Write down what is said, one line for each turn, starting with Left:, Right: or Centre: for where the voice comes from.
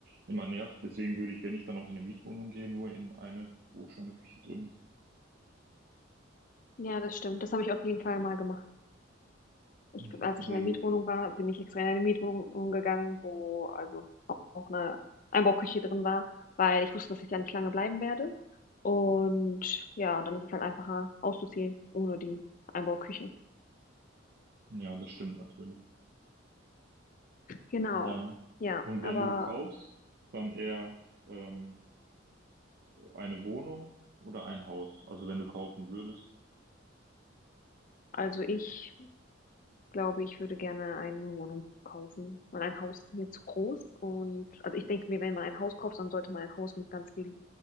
Right: immer nervt. Deswegen würde ich, wenn ich dann auch in eine Mietwohnung gehe, nur in eine, wo schon eine Küche drin ist.
Left: ja, das stimmt. Das habe ich auf jeden Fall mal gemacht. Ich,
Right: Mhm.
Left: als
Right: Sehr
Left: ich in der
Right: gut.
Left: Mietwohnung war, bin ich extra in eine Mietwohnung gegangen, wo also auch eine Einbauküche drin war, weil ich wusste, dass ich da nicht lange bleiben werde. Und ja, und dann ist es halt einfacher auszuziehen ohne die Einbauküche.
Right: Ja, das stimmt natürlich.
Left: Genau.
Right: Ja.
Left: Ja,
Right: Und wenn
Left: aber
Right: du kaufst, dann eher ähm, eine Wohnung oder ein Haus. Also wenn du kaufen würdest.
Left: also ich glaube, ich würde gerne eine Wohnung kaufen, weil ein Haus ist mir zu groß. Und also ich denke mir, wenn man ein Haus kauft, dann sollte man ein Haus mit ganz viel,